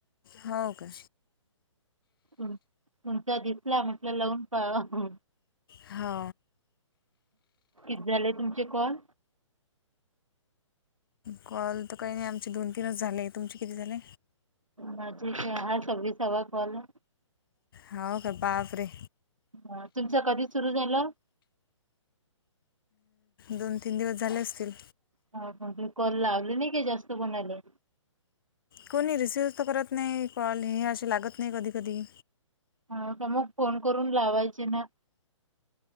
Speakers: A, on the left (about 45°); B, on the right (about 85°).
A: हो का.
B: तुमचा दिसला म्हटलं लावून पाहावा
A: हा
B: किती झाले तुमचे कॉल?
A: कॉल तर काही नाही आमचे दोन तीनच झाले तुमचे किती झाले?
B: माझे का हा सव्वीसवा कॉल
A: हंव का बाप रे!
B: हं तुमच कधी सुरू झालं?
A: दोन तीन दिवस झाले असतील.
B: हाव का तुम्ही काॅल लावले नाही काय जास्त कोणाले?
A: कोणी रिसीव्ह तर करत नाही कॉल हे असे लागत नाही कधी कधी
B: हा तर मग फोन करून लावायचे ना?